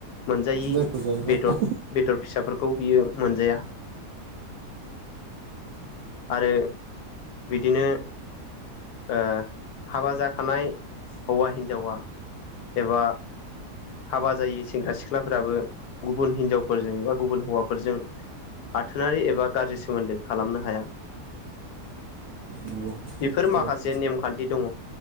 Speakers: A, on the left; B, on the right.
A: मोनजायि
B: जायखौ जायोबा
A: बेदर बेदर फिसाफोरखौ बियो मोनजाया आरो बिदिनो ओ हाबा जाखानाय हौवा हिन्जावा एबा हाबा जायै सेंग्रा सिख्लाफोराबो गुबुन हिनजावफोरजों एबा गुबुन हौवाफोरजों आथोनारि एबा गाज्रि सोमोन्दो खालामनो हाया
B: नंगौ
A: बेफोर
B: कारेक्ट
A: माखासे नेमखान्थि दङ